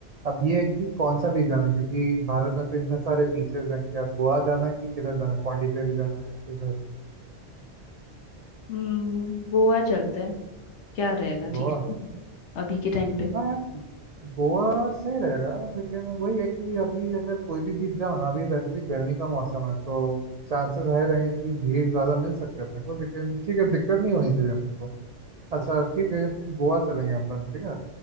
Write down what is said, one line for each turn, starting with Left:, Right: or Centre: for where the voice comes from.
Right: अब ये है कि कौन सा बीच जाना है क्योंकि भारत में तो इतने सारे बीचेस हैं क्या गोवा जाना है कि किधर जाना है पौंडीचेरी जाना है या किधर
Left: हम्म गोवा चलते हैं क्या रहेगा ठीक
Right: गोवा
Left: रहेगा अभी के टाइम पे
Right: हाँ यार गोवा सही रहेगा लेकिन वही है कि अभी अगर कोई भी बीच जाओ ना अभी वैसे भी गर्मी का मौसम है तो चांसेस हाई रहेंगे कि भीड़ ज़्यादा मिल सकते हैं अपने को लेकिन ठीक है दिक्कत नहीं होनी चाहिए अपने को अच्छा ठीक है गोवा चलेंगे अपन ठीक है